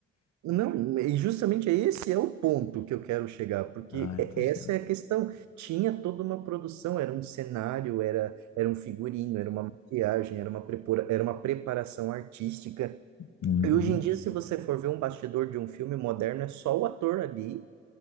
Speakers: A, on the right; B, on the left.
A: Não, e justamente esse é o ponto que eu quero chegar, porque
B: Ah, interessante.
A: é- essa é a questão. Tinha toda uma produção, era um cenário, era, era um figurino, era uma maquiagem, era uma, prepara- era uma preparação artística.
B: Uhum.
A: E hoje em dia, se você for ver um bastidor de um filme moderno, é só o ator ali,